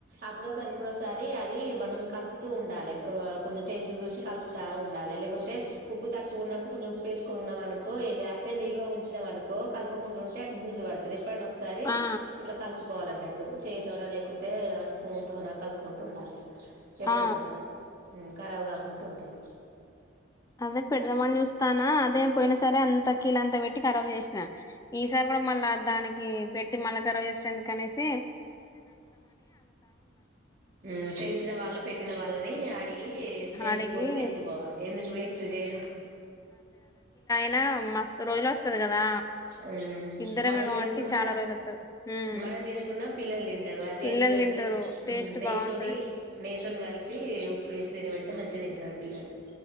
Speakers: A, on the right; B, on the left.
A: అప్పుడోసారి ఇప్పుడోసారి అది మనం కల్ ప్ కలుపుతూ ఉండాలి కొంచెం టేస్ట్ చూసి కలుపుతా ఉండాలి లేకుంటే ఉప్పు తక్కువ ఉన్నప్పుడు కొంచెం ఉప్పేసుకొని ఉన్నాం అనుకో అట్టే నిల్వ ఉంచినం అనుకో కలుపకుంటుంటే అటు బూజ పడుతది ఎప్పుడన్న ఒకసారి
B: ఆ
A: ఇట్లా కలుపుకోవాలంటట్టు చేయితోనా లేకుంటే స్పూన్తోన కలుపుకుంటూ ఉండాలి ఎప్పుడన్నా
B: ఆ
A: ఓసారి కరాబు కాకుంట ఉంటది
B: అదే పెడదామని చూస్తానా అదే పోయిన సారే అనచ త కీలంతా పెట్టి కరాబ్ చేసినా ఈసారి కూడా మళ్ళా దానికి పెట్టి మళ్ళ కరాబ్ చేసుడు ఎందుక కనేసి
A: ఊ తెలిసిన వాళ్ళు పెట్టిన వాళ్ళని అడిగి తెలుసుకొని
B: అడిగి
A: పెట్టుకోవాలి ఎందుకు వేస్ స్టు జెయడ
B: నాం మస్తు రోజులు వస్తది కదా
A: ఉమ్
B: ఇద్దరమే
A: మనం
B: కాబట్టి
A: తినకున్నా
B: చాలా రోజులు వత్తది ఉమ్
A: మనం తినకున్నా పిల్లలు తింటారు ఆ టేస్ట్
B: పిల్లలు
A: అంటే
B: తింటారు టేస్ట్
A: ఉమ్ నెయ్యితోని
B: బాగుంటది
A: నెయ్యితోని కలిపి ఉప్పేసి తినిబెడితే మం మంచిగ పల్లలు